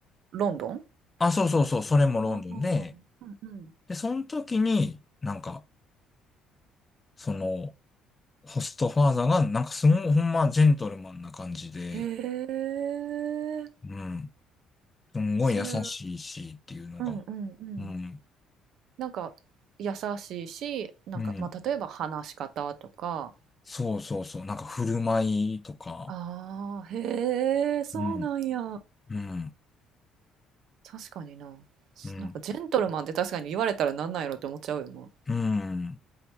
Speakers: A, on the right (about 70°); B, on the left (about 20°).
A: ロンドン
B: あ、そうそうそう、それもロンドンで、
A: はんはんはん。うんうん。
B: で、その時になんか、その、ホストファーザーがなんかすごいほんまジェントルマンな感じで、
A: へえ、
B: うん。すんごい優しいしっていうのが。
A: それ、うんうんうん。
B: うん。
A: なんか優しいし、なんか、
B: うん。
A: まあ、例えば話し方とか、
B: そうそうそう。なんか振る舞いとか。
A: ああ、へえ、そうなんや。
B: うん。うん。
A: 確かにな。
B: うん。
A: なんかジェントルマンって確かに言われたらなんなんやろって思っちゃうよ、も
B: うん。